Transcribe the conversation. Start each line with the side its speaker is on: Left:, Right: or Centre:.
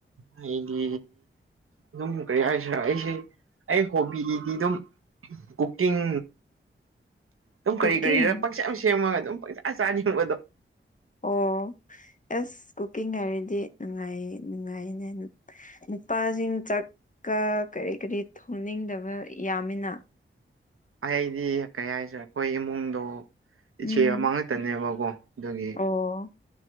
Right: ꯑꯩꯗꯤ ꯑꯗꯨꯝ ꯀꯔꯤ ꯍꯥꯏꯁꯤꯔꯥ ꯑꯩꯁꯦ ꯑꯩ ꯍꯣꯕꯤꯒꯤꯗꯤ ꯑꯗꯨꯝ ꯀꯨꯀꯤꯡ ꯑꯗꯨꯝ
Left: ꯀꯨꯀꯤꯡ
Right: ꯀꯔꯤ ꯀꯔꯤꯔ ꯄꯪꯁꯦꯝ ꯁꯦꯝꯃꯒ ꯑꯗꯨꯝ ꯄꯪꯆꯥ ꯆꯥꯅꯤꯡꯕꯗꯣ
Left: ꯑꯣ ꯑꯦꯁ ꯀꯨꯀꯤꯡ ꯍꯥꯏꯔꯗꯤ ꯅꯨꯡꯉꯥꯏꯌꯦ ꯅꯨꯡꯉꯥꯏꯅꯦ ꯅꯨꯄꯥꯁꯤꯡ ꯆꯥꯛꯀ ꯀꯔꯤ ꯀꯔꯤ ꯊꯣꯡꯅꯤꯡꯗꯕ ꯌꯥꯝꯃꯤꯅ
Right: ꯑꯩꯗꯤ ꯀꯩ ꯍꯥꯏꯁꯦ ꯑꯩꯈꯣꯏ ꯏꯃꯨꯡꯗꯣ
Left: ꯎꯝ
Right: ꯏꯆꯦ ꯑꯃ ꯉꯛꯇꯅꯦꯕꯀꯣ ꯑꯗꯨꯒꯤ
Left: ꯑꯣ